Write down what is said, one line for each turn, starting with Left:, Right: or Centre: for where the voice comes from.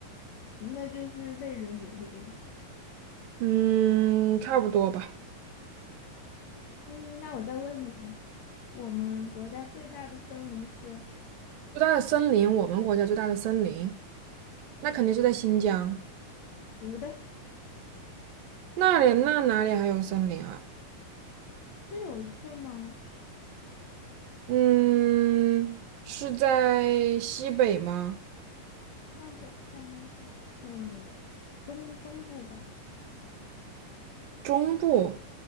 Left: 那就是类人猿了呗。
Right: 嗯，差不多吧。
Left: 嗯，那我再问你啊，我们国家最大的森林是？
Right: 最大的森林，我们国家最大的森林，那肯定是在新疆。
Left: 不对，
Right: 那里那哪里还有森林啊？
Left: 是有一片吗？
Right: 嗯，是在西北吗？
Left: 上北下南左西，嗯，中中部吧。
Right: 中部，